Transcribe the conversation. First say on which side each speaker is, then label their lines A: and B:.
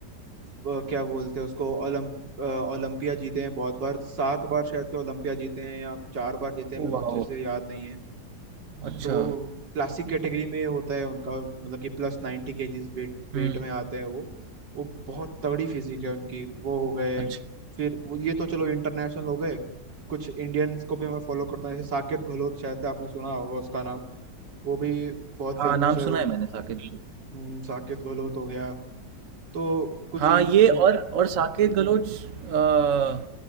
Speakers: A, on the right; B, on the right.
A: वो क्या बोलते हैं उसको ओलंप अ, ओलंपिया जीते हैं बहुत बार सात बार शायद से ओलंपिया जीते हैं या चार बार जीते हैं
B: ओ
A: मेरे को
B: वाह
A: अच्छे से याद नहीं है
B: अच्छा
A: तो वो क्लासिक कैटेगरी में होता है उनका मतलब कि प्लस नाइन्टी केजीज वेट वेट
B: हम्म
A: में आते हैं वो वो बहुत तगड़ी फिजिक है उनकी वो हो गए
B: अच्छा
A: फिर वो ये तो चलो इंटरनेशनल हो गए कुछ इंडियंस को भी मैं फॉलो करता हूँ जैसे साकेत गहलोत शायद से आपने सुना होगा उसका नाम वो भी बहुत
B: हाँ
A: फेमस
B: नाम
A: है
B: सुना है मैंने साकिब
A: हम्म, साकेत गहलोत हो गया तो कुछ
B: हाँ
A: इन,
B: ये
A: इन
B: और और साकेत गलोच अ,